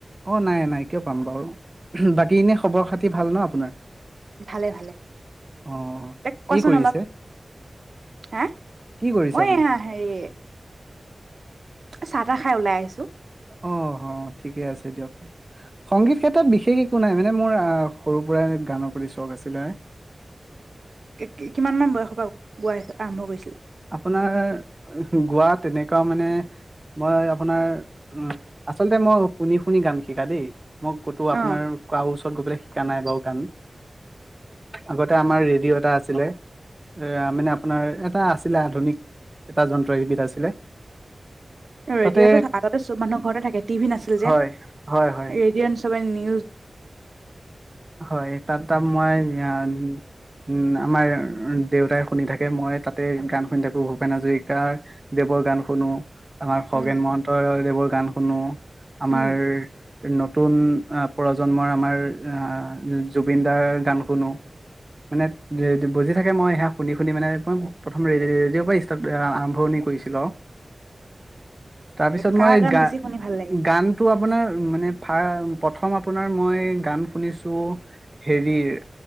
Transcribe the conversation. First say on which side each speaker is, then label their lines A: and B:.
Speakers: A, on the right; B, on the right.
A: অ নাই নাই কিয় পাম বাৰু বাকী এনে খবৰ খাতি ভাল ন আপোনাৰ
B: ভালে ভালে
A: অঁ
B: ত
A: কি
B: কোৱাচোন
A: কৰিছে
B: অলপ হা
A: কি কৰিছে
B: মই
A: আপুনি?
B: হ হেৰি চাহ তাহ খাই ওলাই আহিছো
A: অহ, হ, ঠিকে আছে দিয়ক। সংগীত ক্ষেত্ৰত বিশেষ একো নাই মানে মোৰ আহ সৰুৰ পৰাই গানৰ প্ৰতি চখ আছিলে।
B: কি-কি কিমান মান বয়সৰ পৰা বোৱাছে? আৰম্ভ কৰিছিলা।
A: আপোনাৰ, গোৱা তেনেকুৱা মানে, মই আপোনাৰ <unintelligible> আচলতে মই, শুনি শুনি গান শিকা দেই। মই ক'তো আপোনাৰ,
B: অ
A: কাৰো ওচৰত গৈ পেলাই শিকা নাই বাৰু গান। আগতে আমাৰ ৰেডিঅ' এটা আছিলে। এ মানে আপোনাৰ এটা আছ <unintelligible> আধুনিক, এটা যন্ত্ৰ ইউনিট আছিলে।
B: ৰেডিঅ'তটো
A: তাতে
B: আগতে সব মানুহৰ ঘৰতে থাকে, টি ভি নাছিল যে।
A: হয়, হয়, হয়।
B: ৰেডিঅ' সবে নি
A: হয়, তাত তা মই <unintelligible> উম, আমাৰ দেউতাই শুনি থাকে, মই তাতে গান শুনি থাকো ভূপেন হাজৰিকাৰ দেৱৰ গান শুনো। আমাৰ খগেন
B: উম
A: মহন্ত দেৱৰ গান শুনো, আমাৰ
B: উম
A: নতুন <unintelligible> প্ৰজন্মৰ আমাৰ আহ জুবিন দাৰ গান শুনো। মানে, <unintelligible> বজি থাকে মই সেয়া শুনি শুনি মানে <unintelligible> প্ৰথম ৰে-ৰেডিঅ'ৰ পৰা ষ্টাৰ্ট আৰম্ভণি কৰিছিলোঁ আৰু। তাৰ পিছত
B: কাৰ
A: মই
B: গান
A: গা-গানটো
B: বেছি শুনি ভাল লাগে
A: আপোনাৰ আৰু মানে ফা প্ৰথম আপ আপোনাৰ মই গান শুনিছো, হেৰিৰ